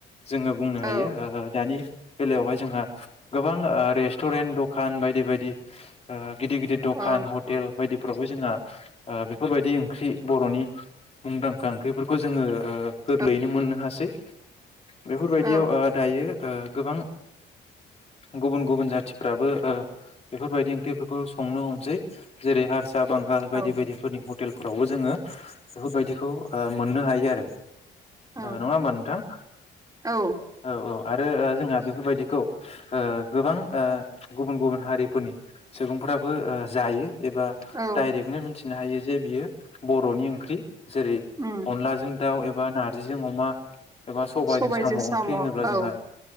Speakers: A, on the left; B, on the right.
A: जोङो बुंनो
B: औ
A: हायो दानि बेलायावहाय जोंहा गोबां ओ रेस्टुरेन्ट दखान बायदि बायदि ओ गिदिर गिदिर दखान
B: औ
A: हटेल बायदि फोरावबो जोंहा ओ बेफोरबायदि ओंख्रि बरनि मुंदांखा ओंख्रिफोरखौ जोङो ओ गोरलैयैनो
B: औ
A: मोननो हासै। <inaudible> बेफोरबायदियाव
B: औ
A: ओ दायो ओ गोबां गुबुन गुबुन जाथिफ्राबो ओ बेफोरबायदि ओंख्रिफोरखौ संनो हमसै जेरै हारसा बांगाल बायदि
B: औ
A: बायदि हटेलफोरावबो जोङो बेफोरबायदिखौ ओ मोननो हायो आरो।
B: औ
A: नङा होमबा नोंथां
B: औ
A: ।औ औ। आरो ओ जोंहा बेफोरबायदिखौ ओ गोबां ओ गुबुन गुबुन हारिफोरनि सुबुंफ्राबो ओ जायो। एबा
B: औ
A: डाइरेक्ट मिथि फिनो हायो जे बियो बरनि ओंख्रि जेरै
B: उम
A: अनलाजों दाउ एबा नारजिजों अमा एबा सबायाइजों
B: सबायजों
A: साम' ओंख्रि होनोब्ला
B: औ
A: जोंहा
B: औ